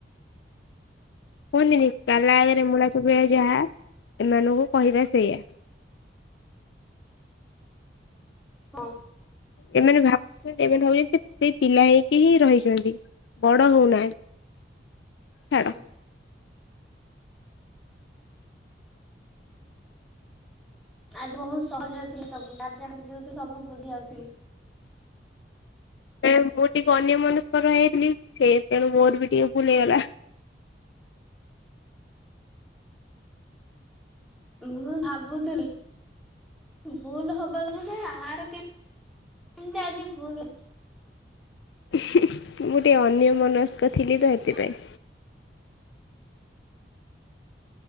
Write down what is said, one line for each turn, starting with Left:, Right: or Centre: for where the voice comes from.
Left: କୁହନ୍ତିନି କାଲା ଆଗରେ ମୂଳା ଚବେବୋ ଯାହା ଏମାନଙ୍କୁ କହିବା ସେଇଆ।
Centre: ହଁ
Left: ଏମାନେ ଭାବୁଚନ୍ତି ଏମାନେ ଭାବୁଚନ୍ତି ସେ ସେଇ ପିଲା ହେଇକି ହିଁ ରହିଚନ୍ତି। ବଡ ହଉନାହାନ୍ତି
Centre: ହଁ
Left: ଛାଡ
Centre: ଆଜି ବହୁତ ସହଜ ଥିଲା ସବୁ ତ ଯାହାଝଉି ସବୁ ବୁଝି ଯାଉଥିଲି।
Left: ମୁଁ ଟିକେ ଅନ୍ୟ ମନସ୍କର ହେଇଥିଲି ସେ ତେଣୁ ମୋର ବି ଟିକେ ଭୁଲି ହେଇଗଲା।
Centre: ମୁଁ ଭାବୁଥିଲି ଭୁଲ ହବା କ ଯେ ଆହାର କେ କେମତି ଆଜି ଭୁଲ
Left: ମୁଁ ଟିକେ ଅନ୍ୟ ମନସ୍କ ଥିଲି ତ ସେଥିପାଇଁ।